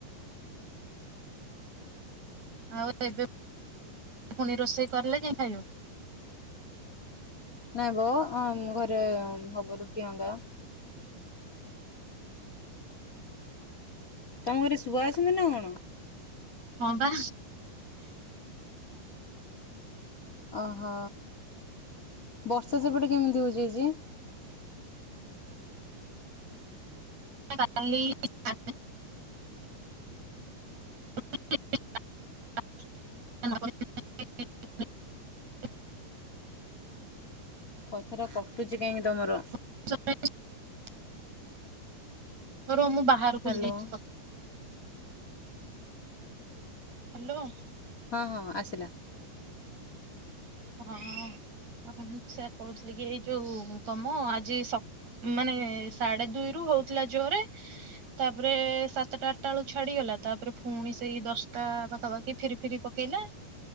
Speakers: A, on the left; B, on the right.
A: <inaudible>
B: ଆଉ ଏବେ ଫୁଣି ରୋଷେଇ କରଲେ ଯାଇ ଖାଇବ।
A: ନାଇଁ ବ ଅଁ ଘରେ ହବ ରୁଟି ଅଙ୍ଗା। ତମ ଘରେ ଶୁଆ ଅଛନ୍ତି ନା କଣ?
B: ହଁ ପା।
A: ଓହୋ ବର୍ଷା ସେପଟେ କେମିତି ହୋଉଚି ଆଜି? <inaudible>
B: କଲି <unintelligible> <inaudible>
A: କଥା ଟା କଟୁଚ଼ି କାହିଁକି ତମର?
B: <unintelligible> ରୁହ ମୁଁ ବାହାରକୁ
A: ହ୍ୟାଲୋ
B: ଯାଇକି କ ହାଲୋ।
A: ହଁ ହଁ ଆସିଲା।
B: ହଁ <unintelligible> ଉଁ ସେୟା କହୁଥିଲି କି ଏ ଯ ଯୋଉ କମ ଆଜି ସ୍ ମାନେ ସାଢେ ଦୁଇ ରୁ ହଉଥିଲା ଜୋରେ। ତାପରେ ସାତଟା ଆଟା ଏଳୁ ଛାଡିଗଲା ତାପରେ ପୁଣି ସେଇ ଦଶଟା ପା ଆ ବାକି ଫିରି ଫିରି ପକେଇଲା